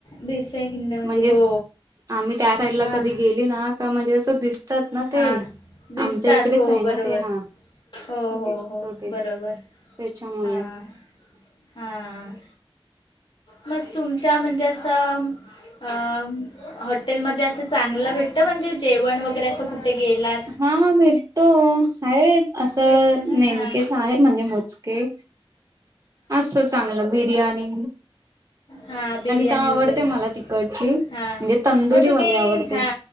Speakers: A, on the left; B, on the right.
A: भिसे खिंडामध्ये
B: म्हणजे
A: हो
B: आम्ही त्या साईडला
A: हां
B: कधी गेली ना. का म्हणजे असं दिसतात ना
A: हां
B: ते
A: दिसतात
B: आमच्या इकडेच
A: हो
B: आहे ना
A: बरोबर
B: ते हा.
A: हो
B: दिसत
A: हो हो
B: ते
A: बरोबर
B: त्याच्यामुळे
A: हां हां. मग तुमच्या म्हणजे असं. अ हॉटेलमध्ये असं चांगलं भेटत म्हणजे जेवण वगैरे अस. कुठे गेलाय?
B: हा भटतो आहे असं
A: भेटतं ना
B: नेमकेच
A: हां
B: आहेत म्हणजे मोजके असत चांगलं बिर्याणी
A: हा बिर्याणी
B: तर आवडते
A: वगैरे
B: मला तिकडची म्हणजे
A: हा
B: तंदुरीवाली
A: मग तुम्ही
B: आवडते
A: हा.